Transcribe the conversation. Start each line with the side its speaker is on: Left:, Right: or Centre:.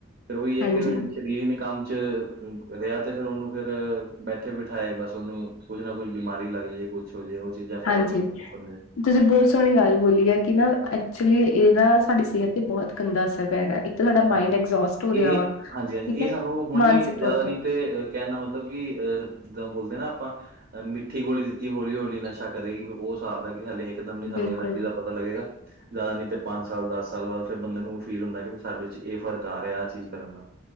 Right: ਫੇਰ ਉਹੀ ਹੈ
Left: ਹਾਂਜੀ।
Right: ਕਿ। ਸਰੀਰ ਨੀ ਕੰਮ 'ਚ ਰਿਹਾ ਤੇ ਫੇਰ ਉਹਨੂੰ ਫੇਰ ਬੈਠੇ ਬਿਠਾਏ ਬਸ ਉਹਨੂੰ। ਕੁਛ ਨਾ ਕੁੱਛ ਬਿਮਾਰੀ ਲਗ ਜਾਏ ਕੁਛ ਹੋਜੇ ਉਹ ਚੀਜ਼ਾਂ ਫੈਲ
Left: ਹਾਂਜੀ।
Right: ਰਹੀਆਂ ਨੇ ਬੰਦੇ
Left: ਤੁਸੀਂ ਬਹੁਤ ਸੋਹਣੀ ਗੱਲ ਬੋਲੀ ਹੈ ਕਿ ਨਾ ਐਕਚੁਲੀ ਇਹਦਾ ਸਾਡੀ ਸਿਹਤ ਤੇ ਬਹੁਤ ਗੰਦਾ ਅਸਰ ਪੈ ਰਿਹਾ। ਤਾਂ ਸਾਡਾ
Right: ਹਾਂਜੀ,
Left: ਮਾਇੰਡ ਐਗਜੋਸਟ ਹੋ ਰਿਹਾ
Right: ਏ
Left: ਵਾ
Right: ਹਾਂਜੀ-ਹਾਂਜੀ
Left: ਠੀਕ
Right: ਏ
Left: ਹੈ
Right: ਸਾਨੂੰ ਹੁਣ
Left: ਮਾਨਸਿਕ
Right: ਨੀ ਜ਼ਿਆਦਾ
Left: ਤੌਰ
Right: ਨੀ ਤੇ ਕਹਿਣ ਦਾ ਮਤਲਬ ਕਿ ਅਹ ਜਦੋਂ ਬੋਲਦੇ ਨਾ ਆਪਾਂ ਅ ਮਿੱਠੀ ਗੋਲੀ ਦਿੱਤੀ ਹੌਲੀ- ਹੌਲੀ ਨਸ਼ਾ ਕਰੇਗੀ ਉਹ ਸਾਬ ਹਲੇ। ਦਮ ਨੀ ਸਾਨੂੰ
Left: ਬਿਲਕੁਲ
Right: ਇਹਦਾ ਚੀਜ਼ ਦਾ ਪਤਾ ਲਗੇਗਾ, ਜ਼ਿਆਦਾ ਨੀ ਤੇ ਪੰਜ ਸਾਲ-ਦਸ ਸਾਲ ਬਾਅਦ ਫਿਰ ਬੰਦੇ ਨੂੰ ਫੀਲ ਹੁੰਦੈ ਕਿ ਬੀ ਸਾਡੇ ਚ ਇਹ ਫ਼ਰਕ ਆ ਰਿਹਾ ਆਹ ਚੀਜ਼ ਕਰਨ ਨਾਲ